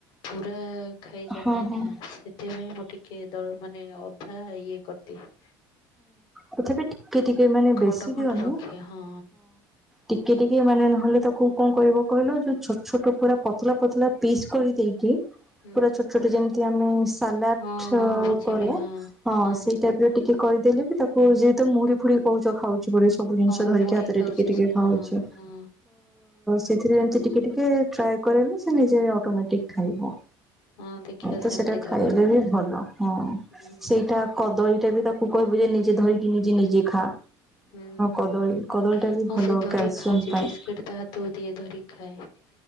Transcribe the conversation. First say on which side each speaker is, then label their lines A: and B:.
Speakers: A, on the left (about 50°); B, in the centre.
A: ପୁରା ଖାଇ ଜାନି
B: ହଁ ହଁ
A: ନା ସେ ପାଇଁ, ମୁଁ ଟିକେ---ମାନେ ଅଧା ଇଏ କର୍ ଦିଏ।
B: ତଥାପି, ଟିକେ ଟିକେ ମାନେ ବେଶି
A: ଖଣ୍ଡ ଖଣ୍ଡ
B: ଦିଅନି।
A: ରଖେ ହଁ
B: ଟିକେ ଟିକେ ମାନେ, ନହେଲେ ତାକୁ କ'ଣ କରିବ କହିଲ? ଯଉ ଛୋଟ୍ ଛୋଟ୍ ପୁରା ପତଲା ପତଲା ପିସ୍ କରି ଦେଇକି।
A: ହୁଁ
B: ପୁରା ଛୋଟ୍ ଛୋଟ ଯେମିତି ଆମେ ସାଲାଟ୍
A: ହଁ ହଁ ବୁଝିଲି
B: କରୁ।
A: ହଁ ହଁ
B: ସେଇ ଟାଇପ୍ କରିଦେଲେ ବି, ତାକୁ ଯେହେତୁ ମୁଢ଼ି ଫୁଢ଼ି କହୁଚ ଖାଉଚି ବୋ ସବୁ ନ୍‌ଷ
A: ହଁ
B: ଧରିକି,
A: ମୋଡେଇ
B: ହାତରେ
A: ଖାଉଛି
B: ଟିକେ ଟିକେ
A: ସେ
B: ଖାଉଚି।
A: ହଁ ହଁ
B: ସେଇଥିରେ ଏମିତି ଟିକେ ଟିକେ ଟ୍ରାଏ କରିଲେ, ସେ ନିଜେ ଅଟୋମେଟିକ୍ ଖାଇବ।
A: ହଁ ଦେଖିବା
B: ସେଇଟା
A: ସେମିତି
B: ଖାଇଲେ
A: ଦବା।
B: ବି ଭଲ।
A: ହୁଁ
B: ସେଇଟା କଦଳୀଟା ବି ତାକୁ କହିବୁ ଯେ, ନିଜେ ଧରିକି ନିଜେ ନିଜେ ଖା।
A: ହୁଁ ହୁଁ
B: କଦଳୀ, କଦଳୀ ଟା ବି
A: ହଁ
B: ଭଲ
A: ସେ ଧରିକି
B: କ୍ୟାଲ୍‌ସିୟମ୍ ପାଇଁ।
A: <inaudible> <inaudible>